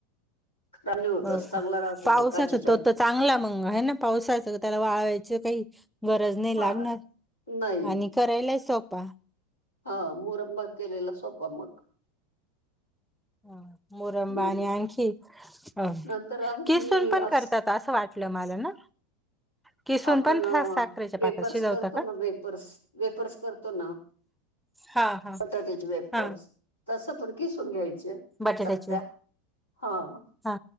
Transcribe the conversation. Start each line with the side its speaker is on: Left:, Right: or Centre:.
Left: काय नाही होत
Centre: हो
Left: चांगला
Centre: का
Left: राहतो
Centre: पावसाचा
Left: ब काचेच्या
Centre: तो चांगला मंग आहे ना पावसाचं त्याला वाळवायची काही गरज नाही
Left: हा
Centre: लागणार
Left: नाही
Centre: आणि करायलाय ही सोपा.
Left: हो मुरंबा केलेला सोपा मग
Centre: अ मोरंबा
Left: नंतर
Centre: आणि आणखी अ
Left: नंतर आहे
Centre: किसून
Left: मी
Centre: पण
Left: अस
Centre: करतात असं वाट लमाला ना किसून
Left: आपण
Centre: पण फा- साखरेच्या पाकात
Left: वेपर्स
Centre: शिजवता
Left: करतो
Centre: का
Left: ना वेपर्स वेपर्स करतो ना
Centre: हा हा
Left: बटाट्याचे वेफर्स
Centre: हा
Left: तसं पण किसून घ्यायचे
Centre: बटाट्याची
Left: चकत्या हं
Centre: हा